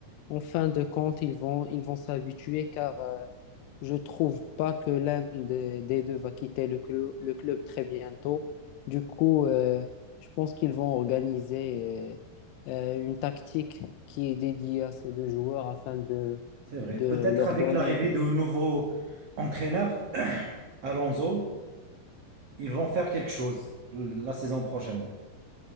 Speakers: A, on the left; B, on the right.
A: En fin de compte, ils vont, ils vont s'habituer car euh, je trouve pas que l'un des, des deux va quitter le, clu- le club très bientôt. Du coup, euh, je pense qu'ils vont organiser euh, euh, une tactique qui est dédiée à ces deux joueurs afin de,
B: C'est vrai.
A: de
B: Peut-être
A: leur
B: avec
A: donner.
B: l'arrivée de nouveau entraîneur, <clears throat> Alonso, ils vont faire quelque chose la saison prochaine.